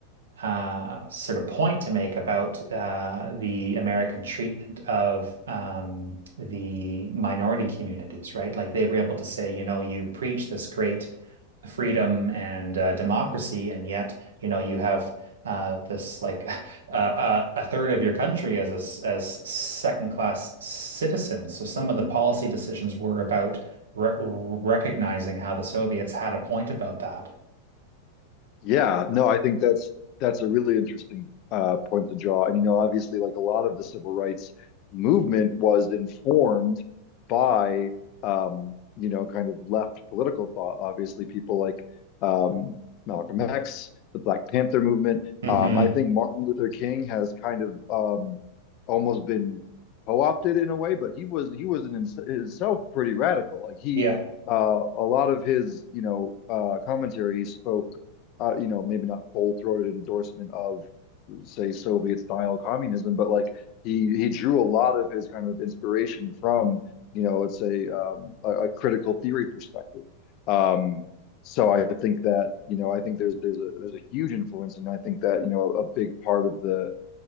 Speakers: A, on the right (about 65°); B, on the left (about 40°).
A: uh, sort of point to make about uh, the American treatment of um, the minority communities, right? Like they were able to say, you know, you preach this great freedom and uh, democracy, and yet, you know, you have uh, this like <laughs> uh, uh, a third of your country as a, s- as second class citizens. So some of the policy decisions were about re recognizing how the Soviets had a point about that.
B: Yeah, no, I think that's that's a really interesting uh, point to draw. And you know, obviously, like a lot of the civil rights movement was informed by um, you know, kind of left political thought. Obviously, people like um, Malcolm X, the Black Panther movement.
A: hmm
B: Um, I think Martin Luther King has kind of um, almost been co-opted in a way, but he was he was in himse- himself pretty radical. Like he,
A: Yeah.
B: uh, a lot of his you know uh, commentary he spoke uh, you know, maybe not full throated endorsement of say Soviet style communism, but like he he drew a lot of his kind of inspiration from, you know, let's say um, a, a critical theory perspective. Um, so I think that, you know, I think there's there's a there's a huge influence, and I think that, you know, a big part of the